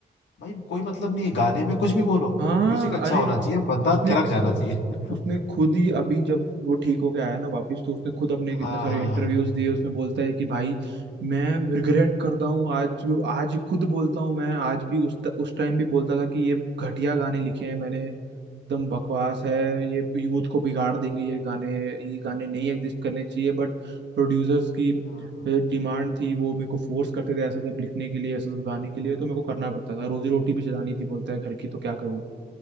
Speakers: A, on the left; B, on the right.
A: भाई कोई मतलब नहीं है गाने में कुछ भी बोलो
B: हाँ
A: म्यूजिक अच्छा
B: अरे
A: होना चाहिए बंदा
B: उसने
A: थिरक जाना
B: खुद
A: चाहिए
B: उसने खुद ही अभी जब वो ठीक होके आया ना वापस तो उसने खुद अपने
A: <laughs>
B: कितने सारे
A: हाँ हाँ
B: इंटरव्यूज दिए उसमें बोलता है कि भाई मैं रिग्रेट करता हूँ आज भी आज खुद बोलता हूँ मैं आज भी उस उस टाइम भी बोलता था कि ये घटिया गाने लिखे हैं मैंने एकदम बकवास है ये यूथ को बिगाड़ देंगे ये गाने ये गाने नहीं एग्जिस्ट करने चाहिए बट प्रोड्यूसर्स की
A: हाँ।
B: डिमांड थी वो मेरे को फोर्स करते थे ऐसा सब लिखने के लिए ऐसा सब गाने के लिए तो मेरे को करना पड़ता था रोजी रोटी भी चलानी थी बोलता है घर की तो क्या करूँ